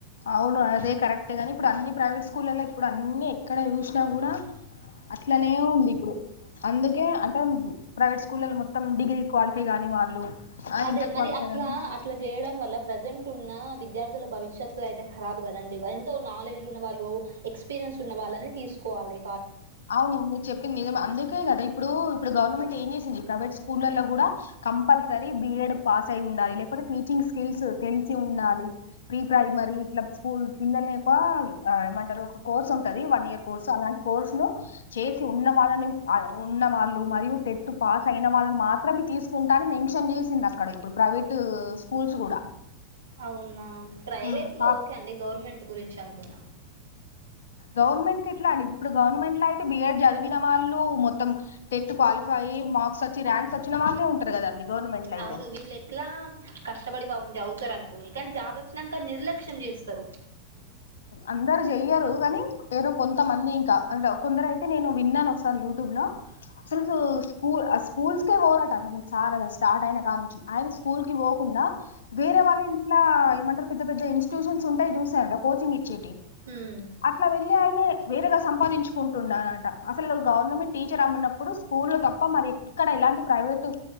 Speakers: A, on the left; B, on the right.
A: అవును అదే కరెక్టే గాని ఇప్పుడు అన్ని ప్రైవేట్ స్కూలల్ల ఇప్పుడు అన్నీ ఎక్కడ చూసినా కూడా అట్లనే ఉంది ఇప్పుడు అందుకే అంటే ప్రైవేట్ స్కూలల్ల మొత్తం డిగ్రీ క్వాలిఫై గాని వాళ్ళు ఆ
B: అదే
A: ఇంటర్
B: మరి
A: క్వాలిఫై
B: అట్లా
A: గాని
B: అట్ల చేయడం వల్ల ప్రజెంట్ ఉన్నా విద్యార్థుల భవిష్యత్తు అయితే ఖరాబ్ కదండి. ఎంతో నాలెడ్జ్ ఉన్న వాళ్ళు ఎక్స్పీరియన్స్ ఉన్న వాళ్ళని తీస్కోవాలి.
A: అవును మీర్ చెప్పింది నిజమే అందుకే కదా ఇప్పుడూ ఇప్పుడు గవర్నమెంట్ ఏం చేసింది ప్రైవేట్ స్కూలల్ల గుడా కంపల్సరీ బిఎడ్ పాస్ అయి ఉండాలి లేకపోతే టీచింగ్ స్కిల్స్ తెలిసి ఉండాలి. ప్రీ ప్రైమరీ ఇట్ల స్కూల్ పిల్లల్ని ఒకా ఆ ఏమంటరు ఒక కోర్స్ ఉంటది వన్ ఇయర్ కోర్స్ అలాంటి కోర్స్లో చేసి ఉన్న వాళ్ళని ఉన్న వాళ్ళు మరియు టెట్టు పాస్ అయిన వాళ్ళని మాత్రమే తీసుకుంటా అని మెన్షన్ చేసింది అక్కడ ఇప్పుడు ప్రైవేట్ స్కూల్స్ కూడా
B: అవునా ప్రైవేట్
A: ఉమ్,
B: లో ఓకే అండి గవర్నమెంట్ గురించి అంటున్న
A: గవర్నమెంట్ ఎట్లా అండి ఇప్పుడు గవర్నమెంట్ లో అయితే బిఎడ్ చదివిన వాళ్ళ మొత్తం టెట్ క్వాలిఫై అయ్ మార్క్స్ వచ్చి ర్యాంక్స్ వచ్చిన వాళ్ళే ఉంటారు కదండి గవర్నమెంట్ లో అయితే
B: అవును వీళ్ళ ఎట్లా కష్టపడి పాపం జవ్ తరనుకో కని జాబ్ వచ్చినాక నిర్లక్ష్యం చేస్తారు
A: అందరు చెయ్యరు కానీ ఎవరో కొంతమంది ఇంకా కొందరు అయితే నేను విన్నాను ఒకసారి యూట్యూబ్ లో అసలు స్కూల్ స్కూల్స్కే పోరాట అస సార్ అసలు స్టార్ట్ అయిన కా నించి స్కూల్ కి పోకుండా వేరే వాళ్ళ ఇంట్లా ఏమంటారు పెద్ద పెద్ద ఇన్స్టిట్యూషన్స్ ఉంటాయి చూసారా కోచింగ్ ఇచ్చేటియి
B: హ్మ్
A: అట్లా వెళ్ళి ఆయనే వేరేగా సంపాదించుకుంటుండనట అసలు గవర్నమెంట్ టీచర్ అమ్మన్నప్పుడు స్కూల్ లో తప్ప మరి ఎక్కడ ఇలాంటి ప్రై వెటు